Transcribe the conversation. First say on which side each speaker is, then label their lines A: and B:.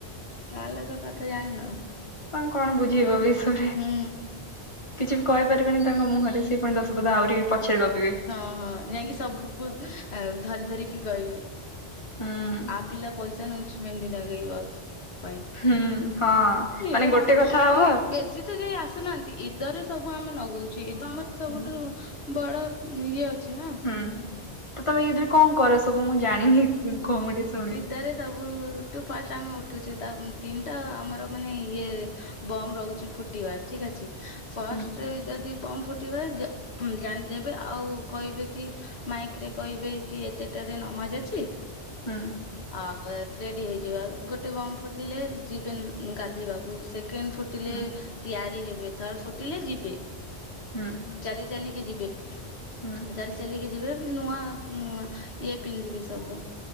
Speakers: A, on the left; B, on the left.
A: ଗାଁ ଲୋକ କଥା ଜାଣିନ <unintelligible>
B: ତାଙ୍କୁ କଣ ବୁଝେଇବ ଏ ବିଷୟରେ
A: ହୁଁ
B: କିଛି ବି କହିପାରିବେନି ତାଙ୍କ ମୁହଁରେ ସିଏ ପୁଣି ଦଶ ପଦ ଆହୁରି ପଛରେ ଗପିବେ।
A: ହଁ, ହଁ ଯାଇଁକି ସବୁକୁ ଆଁ ଧରି ଧରିକି କହିବେ।
B: ହୁଁ
A: ଆ ପିଲା ପଇସା ନଉଛି ମେହେନ୍ଦି ନଗେଇଵାକୁ? ପାଇଁ
B: ହୁଁ ହଁ
A: ଧୀରେ
B: ମାନେ ଗୋଟେ
A: ନଗେଇ
B: କଥା ହବ
A: ମାନେ ବେଶ୍ ସିଏ ତ ଏ ଯାଏଁ ଆସି ନାହାଁନ୍ତି ଇଦରେ ସବୁ ଆମେ ନଗାଉଛୁ ଇଦ ଆମର ସବୁଠୁ
B: ହୁଁ
A: ବଡ ଉଁ ଇଏ ଅଛି ନା।
B: ହୁଁ ତ ତମେ ଇଦିରେ କଣ କର ସବୁ ମୁଁ ଜାଣିନି କୁହ ମୁଁ ଟିକେ ଶୁଣେ।
A: ଇଦରେ ସବୁୁଠୁ ଫାଷ୍ଟ ଆମେ ଉଠୁଛୁ ତା ତିନିଟା ଆମର ମାନେ ଇଏ ବମ୍ ରହୁଛି ଫୁଟିବା ଠିକ ଅଛି ଫାଷ୍ଟ
B: ହୁଁ
A: ରେ ଯଦି ବମ୍ ଫୁଟିବେ ଜା ଜାଣିଦେବେ ଆଉ କହିବେ କି ମାଇକରେ କହିବେ କି ଏତେଟାରେ ନମାଜ ଅଛି
B: ହୁଁ।
A: ଆଉ ରେଡି ହେଇଯିବା ଗୋଟେ ବମ୍ ଫୁଟିଲେ ଯିବେ ଗାଧେଇବାକୁ ସେକେଣ୍ଡ ଫୁଟ୍ ଟିଲେ
B: ହୁଁ
A: ତିଆରି ହେବେ ଥାର୍ଡ ଫୁଟିଲେ ଯିବେ।
B: ହୁଁ
A: ଚାଲି ଚାଲିକି ଯିବେ।
B: ହୁଁ।
A: ଚାଲି ଚାଲିକି ଯିବେ ନୂଆନୂଆ ଇଏ ପିନ୍ଧିବେ ସବୁ